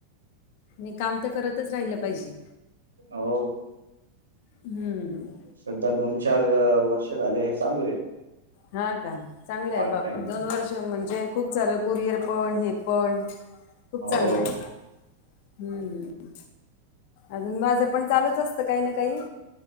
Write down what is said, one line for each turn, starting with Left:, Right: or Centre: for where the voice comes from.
Left: मी काम तर करतच राहिलं पाहिजे.
Right: हो हो.
Left: हम्म.
Right: सध्या दोन चार वर्ष झाले चालू आहे.
Left: हा का चांगले
Right: पार्ट
Left: आहे बापरे
Right: टाइम
Left: दोन वर्ष म्हणजे खूप झालं कुरिअर पण हे पण खूप
Right: हो
Left: चांगलं आहे. हम्म अजून माझं पण चालूच असतं काही ना काही.